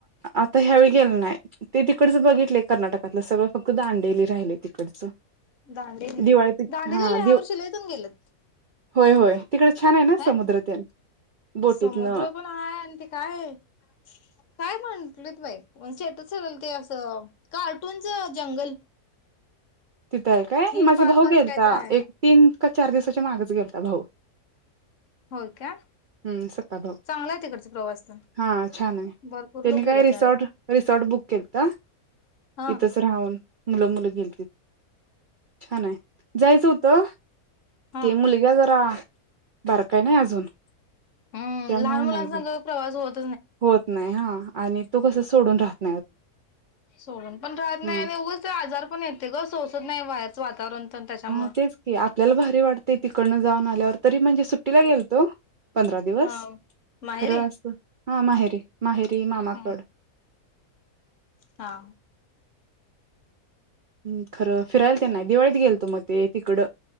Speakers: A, on the right; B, on the left.
A: आता ह्यावेळी गेलो नाही ते तिकडच बघितलय कर्नाटकातलं सगळं फक्त दांडेली राहिले तिकडचं
B: दांडेली
A: दिवाळीत
B: दांडेलीला
A: हा दिव
B: यावर्षी लय जण गेल्यात.
A: होय होय तिकडे छान आहे ना
B: होय
A: समुद्र तेन बोटीतन
B: समुद्र पण हाय! आणि ते काय हाय काय म्हटलेत बाई ते असं कार्टूनच जंगल
A: तिथं आहे काय
B: थीम
A: माझा
B: पार्क
A: भाऊ गेलता
B: असं काय तर आहे
A: एक तीन चार दिवसाच्या मागच गेलता भाऊ-
B: होय का
A: हम्म सख्खा भाऊ
B: चांगला आहे तिकडचा प्रवास तर
A: हा छान आहे
B: भरपूर
A: त्यांनी
B: लोक
A: काय
B: गेले
A: रिसॉर्ट
B: त्यावेळेला
A: रिसॉर्ट बुक केलंत
B: हा
A: तिथच राहून. मुलं- मुलं गेलतीत छान आहे जायचं होतं
B: हा
A: ते मुलगा जरा बारका नाही अजून-
B: हम्म
A: त्यामुळे
B: लहान मुलांसग
A: नाही गे
B: प्रवास होत
A: होत नाही हा आणि तो कस सोडून राहतो.
B: सोडून पण राहत
A: हा
B: नाही उगच ते आजार पण येते ग सो. नाही व्हायचं वातावरण. तर त्याच्यामुळ
A: हा तेच की आपल्याला भारी वाटतय तिकडनं जाऊन आल्यावर. तरी म्हणजे सुट्टीला गेलतो. पंधरा दिवस
B: हा माहेरी
A: खरं अस हा माहेरी माहेरी मामाकड.
B: हा हा.
A: हम्म खरं फिरायला तेन नाही दिवाळीत गेलतो मध्ये ते तिकडं